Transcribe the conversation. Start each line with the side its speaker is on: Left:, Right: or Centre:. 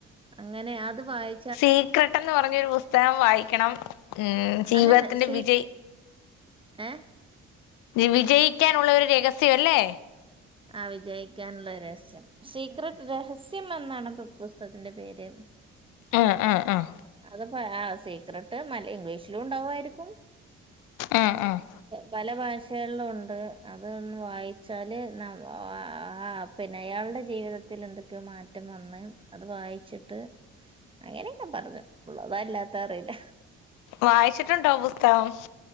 Right: അങ്ങനെ അത് വായി
Left: സീക്രട്ട് എന്നെപറഞ്ഞൊരു പുസ്തകം വായിക്കണം ഉം ജീവിതത്തിന്റെ
Right: അങ്ങനെ സീ
Left: വിജയ്
Right: ഏഹ്
Left: വിജയിക്കാനുള്ള ഒരു രഹസ്യം അല്ലേ
Right: ആ വിജയിക്കാനുള്ള രഹസ്യം സീക്രട്ട് രഹസ്യം എന്നാണ് പുസ്തകത്തിന്റെ പേര്
Left: ആഹ് ആഹ് ആഹ്
Right: അത് സീക്രട്ട് മൽ ഇംഗ്ലീഷിലും ഉണ്ടാവുമായിരിക്കും
Left: ആഹ് ആഹ്
Right: പല ഭാഷകളിലും ഉണ്ട് അതൊന്ന് വായിച്ചാല് ആഹ് പിന്നെ അയാളുടെ ജീവിതത്തിൽ എന്തൊക്കെയോ മാറ്റം വന്ന് അത് വായിച്ചിട്ട് അങ്ങനെയൊക്കെ പറഞ്ഞു ഉള്ളതാ അല്ലാത്ത അറിയില്ല
Left: വായിച്ചിട്ടുണ്ടോ പുസ്തകം